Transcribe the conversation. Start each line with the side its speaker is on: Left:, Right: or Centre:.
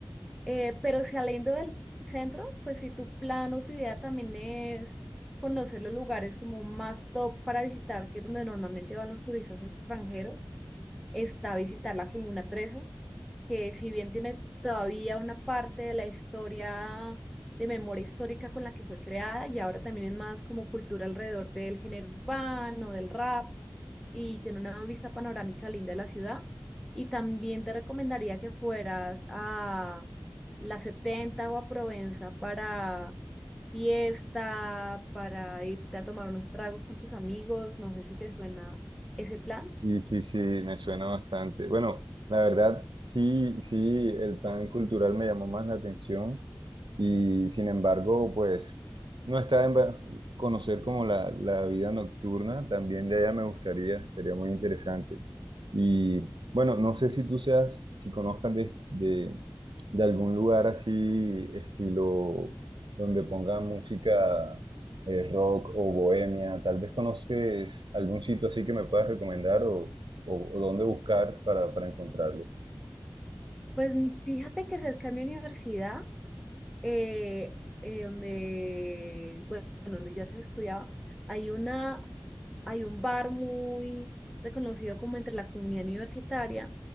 Centre: eh, pero saliendo del centro, pues si tu plan o tu idea también es conocer los lugares como más top para visitar, que es donde normalmente van los turistas extranjeros, está visitar la Comuna 13 que si bien tiene todavía una parte de la historia de memoria histórica con la que fue creada, y ahora también es más como cultura alrededor del género urbano, del rap, y tiene una vista panorámica linda de la ciudad. Y también te recomendaría que fueras a la 70 o a Provenza para fiesta, para irte a tomar unos tragos con tus amigos, no sé si te suena ese plan.
Right: Y sí, sí, me suena bastante. Bueno, la verdad, sí, sí, el pan cultural me llamó más la atención. Y sin embargo, pues no está en va- conocer como la, la vida nocturna, también de ella me gustaría, sería muy interesante. Y bueno, no sé si tú seas, si conozcas de, de, de algún lugar así, estilo, donde ponga música eh, rock o bohemia, tal vez conoces algún sitio así que me puedas recomendar o, o, o dónde buscar para, para encontrarlo.
Centre: Pues fíjate que cerca de mi universidad eh, eh, donde, bueno, donde yo antes estudiaba, hay una, hay un bar muy reconocido como entre la comunidad universitaria